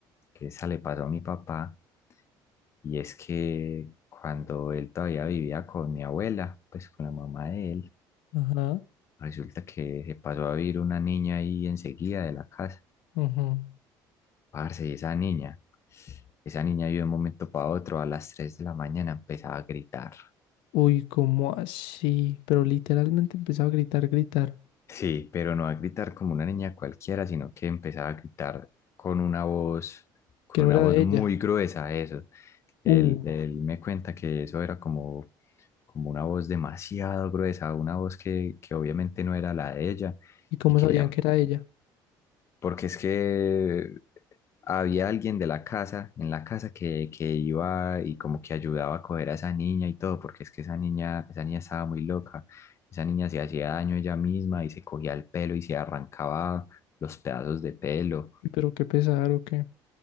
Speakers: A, on the left; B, on the left.
A: que esa le pasó a mi papá, y es que cuando él todavía vivía con mi abuela, pues con la mamá de él,
B: Ajá,
A: resulta que se pasó a vivir una niña ahí enseguida de la casa.
B: ujú.
A: Parce, y esa niña, esa niña yo de un momento para otro, a las 3 de la mañana empezaba a gritar.
B: Uy, ¿cómo así? Pero literalmente empezaba a gritar, gritar,
A: Sí, pero no a gritar como una niña cualquiera, sino que empezaba a gritar con una voz, con
B: que no
A: una
B: era
A: voz
B: de
A: muy
B: ella.
A: gruesa, eso. Él,
B: Uh,
A: él me cuenta que eso era como, como una voz demasiado gruesa, una voz que, que obviamente no era la de ella,
B: ¿y cómo
A: y que
B: sabían
A: ella,
B: que era ella?
A: porque es que había alguien de la casa, en la casa que, que iba y como que ayudaba a coger a esa niña y todo, porque es que esa niña, esa niña estaba muy loca. Esa niña se hacía daño ella misma y se cogía el pelo y se arrancaba los pedazos de pelo.
B: Uy, Pero qué pesar o qué.